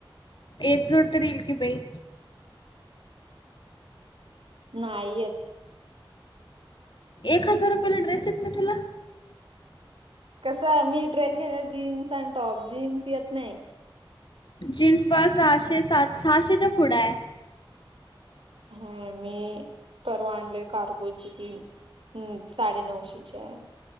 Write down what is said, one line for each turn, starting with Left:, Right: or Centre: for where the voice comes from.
Left: एक जोड तर येईल की बाई.
Right: नाही येत.
Left: एक हजार रुपयाला ड्रेस येत नाही तुला.
Right: कसं मी ड्रेस घेणार जीन्स आणि टॉप. जीन्स येत नाही.
Left: जीन्स ब सहाशे -सात सहाशेच्या पुढ हाय.
Right: हा मी परवा आणले कारगो ची ती हम्म साडेनऊशे ची आहे.